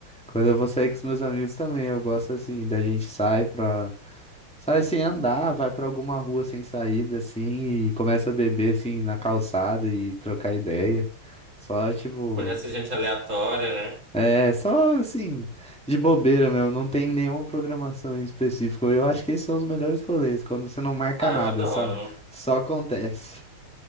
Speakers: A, in the centre; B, on the right (about 35°).
A: Quando eu vou sair com os meus amigos também, eu gosto assim, da gente sai pra. Sai assim, andar, vai pra alguma rua sem saída, assim, e começa a beber, assim, na calçada e trocar ideia. Só, tipo.
B: conhece gente aleatória, né?
A: É, só assim, de bobeira mesmo, não tem nenhuma programação em específico. Eu acho que esses são os melhores rolês, quando você não marca
B: Ah,
A: nada,
B: eu adoro.
A: sabe? Só acontece.